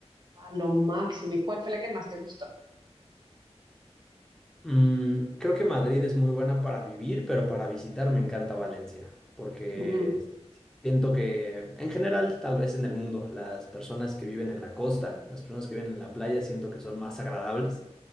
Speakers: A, on the right; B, in the centre.
A: A lo máximo. ¿Y cuál fue la que más te gustó?
B: Mm, creo que Madrid es muy buena para vivir, pero para visitar me encanta Valencia, porque
A: Mm, sí,
B: siento que en general, tal vez en el mundo, las personas que viven en la costa, las personas que viven en la playa, siento que son más agradables